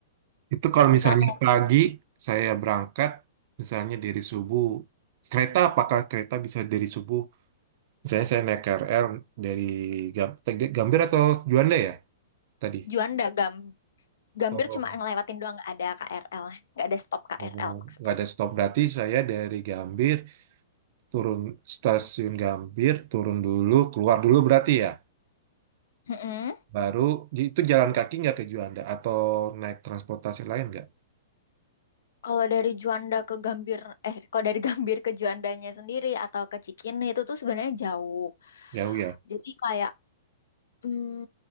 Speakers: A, on the right; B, on the left.
A: itu kalau
B: Misal
A: misalnya
B: mau
A: pagi saya berangkat misalnya dari subuh kereta apakah kereta bisa dari subuh misalnya saya naik KRL dari Gam- Gambir atau Juanda ya tadi
B: Juanda, Gam Gambir
A: Oh,
B: cuma ngelewatin doang nggak ada KRL, nggak ada stop KRL
A: oh,
B: maksudku.
A: nggak ada stop berarti saya dari Gambir turun stasiun Gambir, turun dulu, keluar dulu berarti ya.
B: Mm-mm.
A: Baru j- itu jalan kaki nggak ke Juanda atau naik transportasi lain nggak?
B: Kalau dari Juanda ke Gambir, eh kalau dari <laughs> Gambir ke Juandanya sendiri atau ke Cikini itu tuh sebenarnya jauh.
A: Jauh ya.
B: Jadi kayak Hmm,